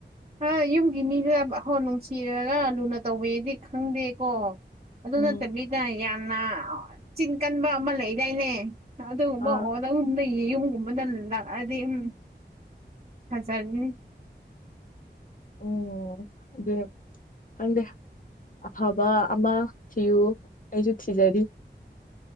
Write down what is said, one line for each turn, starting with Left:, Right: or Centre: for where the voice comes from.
Right: ꯍꫭꯏ ꯌꯨꯝꯒꯤ ꯃꯤꯗꯅ ꯍꯣꯏ ꯅꯨꯡꯁꯤꯔꯒ ꯂꯨꯅ ꯇꯧꯕꯔꯗꯤ ꯈꯪꯗꯦꯀꯣ ꯑꯗꯨ
Left: ꯎꯝ
Right: ꯅꯠꯇꯕꯤꯗ ꯌꯥꯝꯅ ꯆꯤꯟ ꯀꯟꯕ ꯑꯃ ꯂꯩꯗꯥꯏꯅꯦ ꯑꯗꯨꯒꯨꯝꯕ
Left: ꯑꯥ
Right: ꯑꯣꯜ ꯂꯒꯨꯝꯅ <unintelligible> ꯌꯦꯌꯨꯝꯒꯨꯝꯕꯅ ꯂꯥꯛꯑꯗꯤ ꯑꯗꯨꯝ ꯐꯖꯔꯅꯤ
Left: ꯑꯣ ꯑꯗꯨꯅꯦ ꯍꯪꯗꯦ ꯑꯐꯕ ꯑꯃ ꯊꯤꯌꯨ ꯑꯩꯁꯨ ꯊꯤꯖꯔꯤ